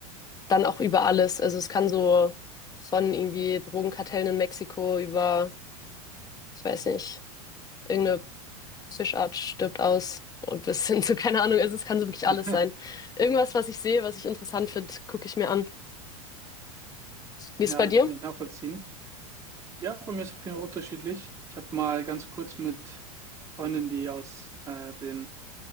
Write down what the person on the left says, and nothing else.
dann auch über alles. Also es kann so von irgendwie Drogenkartellen in Mexiko über, ich weiß nicht, irgendeine Fischart stirbt aus und bis hin zu, <laughs> keine Ahnung, also es kann so wirklich
alles sein. Irgendwas, was ich sehe, was ich interessant finde, gucke ich mir an. Wie
ist es bei dir?
<laughs>